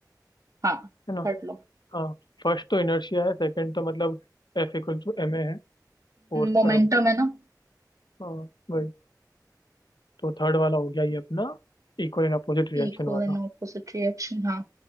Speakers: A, on the right (about 50°); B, on the left (about 85°).
A: हाँ
B: है ना
A: Third law
B: हाँ फर्स्ट तो इनर्शिया है सेकंड तो मतलब F equal to M A है फोर्स
A: मोमेंटम
B: का है वो तो
A: है ना
B: हाँ वही तो थर्ड वाला हो गया ये अपना इक्वल एंड अपोजिट रिएक्शन
A: Equal
B: वाला
A: and opposite reaction हाँ